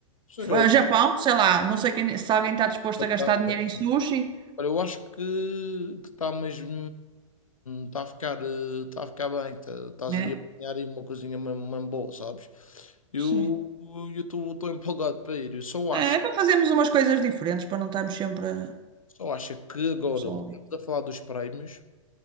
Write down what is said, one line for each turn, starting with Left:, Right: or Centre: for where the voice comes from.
Left: sei,
Right: eh, Japão, sei lá, não sei quem, se alguém está disposto a gastar
Left: olha,
Right: dinheiro em sushi,
Left: Olha, eu acho que que está mesmo. Está a ficar, eh, tá a ficar bem. tá- Estás
Right: né?
Left: aí a apanhar aí uma coisinha mesmo, mesmo boa, sabes? Eu
Right: Sim.
Left: eu estou empolgado para ir. Eu só
Right: É,
Left: acho,
Right: é para fazermos umas coisas diferentes, para não estarmos sempre a-
Left: só acho que agora,
Right: só.
Left: estamos a falar dos prémios.